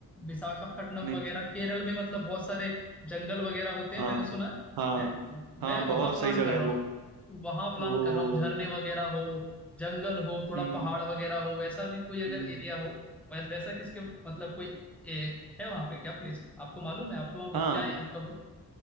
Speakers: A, in the centre; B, on the right.
A: विशाखापट्टनम
B: नहीं
A: वगैरह केरल में मतलब बहुत सारे जंगल वगैरह होते हैं
B: हाँ
A: मैंने सुना
B: हाँ
A: है हैं?
B: हाँ
A: मैं
B: बहुत
A: वहां प्लान
B: सही जगह
A: कर
B: है
A: रहा हूँ
B: वो
A: वहां प्लान
B: ओ
A: कर रहा हूँ झरने वगैरह हो जंगल हो थोड़ा
B: हम्म
A: पहाड़ वगैरह हो वैसा भी कोई अगर
B: हम्म
A: एरिया हो वैस, वैसा किसके मतलब कोई ए, है वहां पे क्या प्लेस आपको मालूम है आप तो वहां घूम
B: हाँ
A: के आए हैं हल्का बहुत